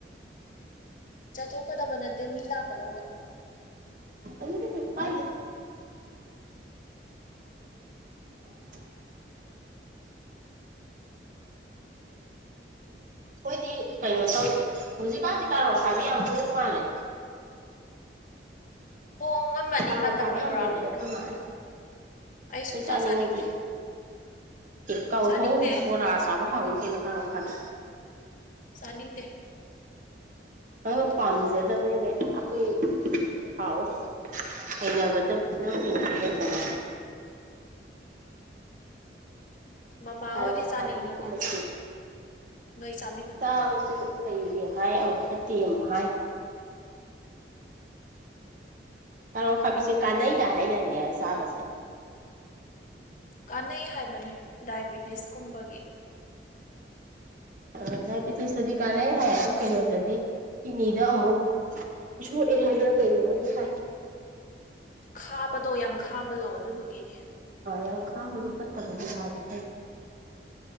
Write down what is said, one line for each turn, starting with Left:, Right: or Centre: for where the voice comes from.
Left: ꯆꯠꯊꯣꯛꯀꯗꯕ ꯅꯠꯇꯦ ꯃꯤ ꯂꯥꯛꯀꯗꯧꯕ
Right: ꯑꯗꯨ ꯀꯩ ꯀꯩꯕꯨ ꯄꯥꯏꯒꯦ <inaudible> ꯑꯩꯈꯣꯏꯗꯤ ꯀꯩꯅꯣ ꯇꯧꯔꯦ ꯍꯧꯖꯤꯛꯀꯥꯟꯁꯤ ꯀꯥꯔꯣꯠ ꯑꯈꯥꯕꯤ ꯌꯥꯝ ꯍꫭꯡ ꯃꯥꯜꯂꯦ
Left: ꯍꯣꯡꯉꯝꯃꯅꯤ
Right: ꯀꯥꯔꯣꯠ
Left: ꯃꯇꯝ
Right: ꯑꯈꯥꯕꯤ
Left: ꯌꯧꯔꯛꯑꯕꯅꯤꯅ
Right: ꯌꯥꯝ ꯂꯩꯔꯑꯦ ꯑꯩꯈꯣꯏ ꯃꯥꯅ
Left: ꯑꯩ
Right: ꯅꫭꯏ
Left: ꯁꯨꯡꯆꯥ
Right: ꯆꯥꯅꯤꯡꯉꯗꯤ
Left: ꯆꯥꯅꯤꯡꯗꯦ
Right: ꯑꯦ ꯀꯥꯡꯍꯧ
Left: ꯆꯥꯅꯤꯡꯗꯦ
Right: ꯕꯣꯔꯥ ꯆꯥꯕ ꯍꯥꯎꯋꯤ ꯀꯩꯅꫭ ꯀꯥꯔꫭꯠ ꯑꯈꯥꯕꯤ
Left: ꯆꯥꯅꯤꯡꯗꯦ
Right: ꯅꯪꯅ ꯄꯥꯝꯖꯗꯕꯩꯅꯦ ꯑꯩꯈꯣꯏ ꯍꯥꯎꯋꯦ ꯍꯩꯅꯕꯗ ꯅꯪ ꯍꯩꯅꯗꯕꯩ
Left: ꯃꯃꯥ
Right: ꯀꯥꯔꯣ
Left: ꯍꯣꯏꯗꯤ ꯆꯥꯅꯤꯡꯕꯅꯦ
Right: ꯈꯥꯕꯤ ꯀꯨꯝꯕꯁꯦ
Left: ꯅꯣꯏ ꯆꯥꯃꯤꯟꯅꯧ
Right: ꯆꯥꯕꯁꯨ ꯐꯩꯌꯦ ꯍꯥꯏ ꯑꯃꯨꯛ ꯐꯠꯇꯦ ꯑꯃꯨꯛ ꯍꯥꯏ ꯀꯔꯣ ꯈꯥꯕꯤꯁꯤ ꯀꯥꯟꯅꯩꯀ ꯍꯥꯏꯗꯥꯏꯅꯦ ꯆꯥꯕꯁꯦ
Left: ꯀꯥꯟꯅꯩ ꯍꯥꯏꯕꯅꯤ ꯗꯥꯏꯕꯤꯇꯤꯁ ꯀꯨꯝꯕꯒꯤ
Right: ꯑ ꯗꯥꯏꯕꯤꯇꯤꯁꯇꯗꯤ ꯀꯥꯟꯅꯩ ꯍꯥꯏ ꯑꯗꯣ ꯀꯩꯅꯣꯗꯗꯤ ꯀꯤꯗꯅꯤꯗ ꯑꯃꯨꯛ ꯁꯣꯛꯑꯦ ꯍꯥꯏꯗꯔ ꯀꯩꯅꯣꯃꯗꯤ ꯍꯥꯏ
Left: ꯈꯥꯕꯗꯣ ꯌꯥꯝ ꯈꯥꯕꯗꯣ ꯑꯗꯨꯗꯨꯒꯤꯅꯦ
Right: ꯌꯥꯝ ꯈꯥꯝꯕꯗꫭ ꯑꯗꯨ ꯐꯠꯇꯕꯒꯤꯔꯥꯗꯤ ꯈꯪ